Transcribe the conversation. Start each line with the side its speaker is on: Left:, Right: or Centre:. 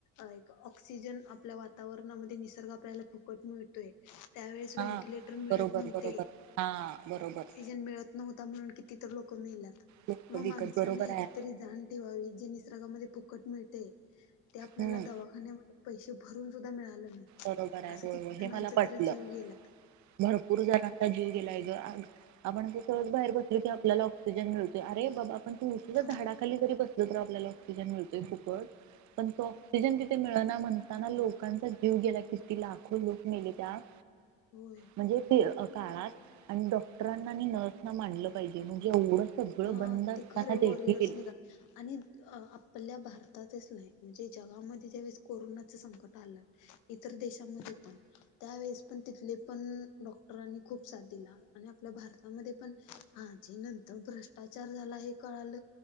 Left: -- एक ऑक्सिजन आपल्या वातावरणामध्ये निसर्ग आपल्याला फुकट मिळतोय. त्यावेळेस व्हेंटिलेटर
Right: हा
Left: मिळत
Right: बरोबर
Left: नव्हते.
Right: बरोबर हा बरोबर
Left: ऑक्सिजन मिळत नव्हता म्हणून किती तर लोक मेल्यात
Right: लोक
Left: मग
Right: विकत
Left: माणसाने
Right: बरोबर
Left: याची
Right: आहे
Left: तरी जाण ठेवा -- वी. जे निसर्गामध्ये फु फुकट मिळतंय ते आपल्याला
Right: हम्म
Left: दवाखान्यामध्ये पैसे भरूनसुद्धा मिळालं नाही.
Right: बरोबर आहे.
Left: असं किती
Right: हो हे
Left: जणांच
Right: मला पटलं.
Left: तर जीव गेलात
Right: भरपूर जण -- जीव गेलाय आपण असं सहज बाहेर बसलो की आपल्याला ऑक्सिजन मिळतोय अरे बाबा! पण त
Left: होय
Right: झाडाखाली जरी बसलो ना आपल्याला ऑक्सिजन मिळतोय फुकट पण, तो ऑक्सिजन तिथे मिळना म्हटल्यावर लोकांचा जीव जीव गेला किती लाखो लोक मेले त्यात
Left: होय
Right: म्हणजे ते -- काळात आणि डॉक्टरांना आणि नर्सना मानलं पाहिजे म्हणजे एवढं सगळं
Left: हा
Right: बंद असताना
Left: ते खरे वॉरियर्स
Right: देखील
Left: निघा आणि आपल्या भारतातच नाही म्हणजे जगामध्ये ज्यावेळे कोरोनाच संकट आलं. इतर देशामध्ये त्यावेळेस पण तिथले पण डॉक्टरांनी खूप साथ दिला आणि आपल्या भारतामध्ये पण -- आजे नंतर भ्रष्ट चार झाला हे कळाल